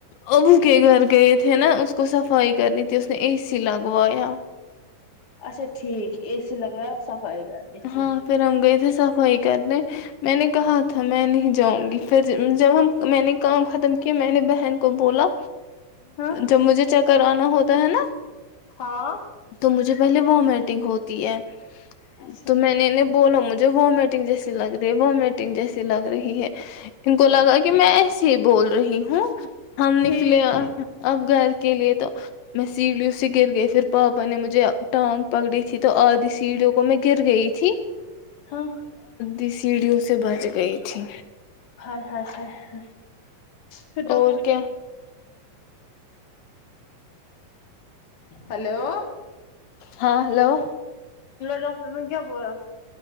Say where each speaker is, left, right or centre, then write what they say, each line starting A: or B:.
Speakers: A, on the left; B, on the left.
A: ابو کے گھر گئے تھے نا اس کو صفائی کرنی تھی اس نے اے سی لگوایا
B: اچھا ٹھیک اس لگ صف ائے گا دیکھ
A: ہاں
B: لی
A: پھر ہم گئے تھے صفائی کرنے میں نے کہا ہمیں نہیں جاؤں گی جب ہم میں نے کام ختم کیا میں نے بہن کو بولا
B: ہاں
A: جب مجھے چک کر انا ہوتا ہے نا
B: ہاں
A: تو مجھے پہلے وہ میٹنگ ہوتی ہے
B: اچھا
A: تو میں نے انہیں او نا مجھے وہ میٹنگ جیسی لگ رہی ہے وہ میٹنگ جیسی لگ رہی ہے ان کو لگا کہ میں یہ بول رہی ہوں ہم
B: ٹھیک
A: نکلے اب گھر کے لیے تو میں سی ڈی سی گر گئی پھر پاپا نے مجھے ٹانگ پکڑی تھی تو اج سے ویڈیو کو میں گر گئی تھی
B: ہاں
A: ریڈیو سے بچ گئی تھی
B: ہائے ہائے ہائے ہائے پھر ڈاکٹر
A: اور کیا
B: ہیلو
A: ہاں ہلو
B: ڈاکٹر نے کیا بولا